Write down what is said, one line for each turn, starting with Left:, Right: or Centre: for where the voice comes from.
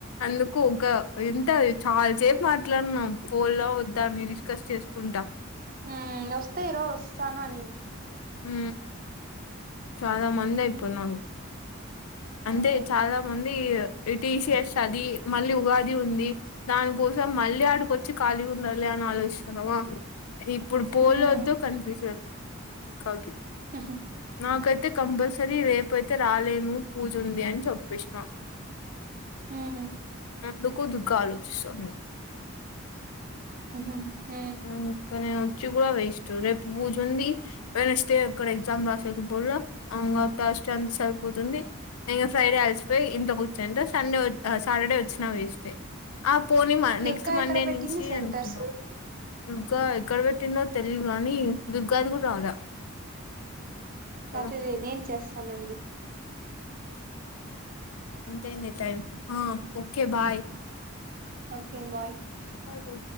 Left: అందుకు ఒక ఇంత చాలాసేపు మాట్లాడున్నాం ఫోన్ లో వద్దా అని డిస్కస్ చేసుకుంటా
Right: హ వస్తే ఇరోజ్ వస్తానని
Left: హ చాలా మందా
Right: ఉమ్,
Left: ఇపోడు న అంటే
Right: ఉమ్,
Left: చాలా మందిటీసఎస్ అది మళ్ళీ ఉగాది ఉంది దాని కోసం మళ్ళీ ఆడికొచ్చి ఖాళీ ఉండాలి అని ఆలోచిస్తున్నామా ఇప్పుడు పోలద్దు
Right: ఉమ్,
Left: కన్ఫ్యూషన్ కాకి
Right: ఆహా
Left: నాకైతే కంపల్సరీ రేపు అయితే రాలేను పూజుంది అని చెప్పేసిన
Right: హ
Left: ఎందుకు దుఃఖ ఆలోచిస్తుంది
Right: హ
Left: ఇంకా నేను వచ్చి కూడా వేస్ట్ రేపు పూజ ఉంది వెనస్డే ఇక్కడ ఎగ్జామ్ రాసేకపోలా ఇకా ఫస్ట్ అంత సరిపోతుంది ఇం ఫ్రైడే అలిసిపోయి ఇంత కూర్చాంట సండే సాటర్డే వచ్చిన వేస్ట్ పోని మా
Right: దుర్గా
Left: నెక్స్ట్ మండే
Right: ఎక్కడ పెట్టింది
Left: నుంచి
Right: సెంటర్స్
Left: అనుకున్నాం దుర్గా ఎక్కడ పెట్టిందో తెలియదు గానీ దుర్గాది కూడా రాలా
Right: సరే
Left: కదా
Right: నేం చేస్త అనలు
Left: ఎంత ఎందితాయి హ ఓకే బాయ్
Right: ఓకే బాయ్
Left: తాగు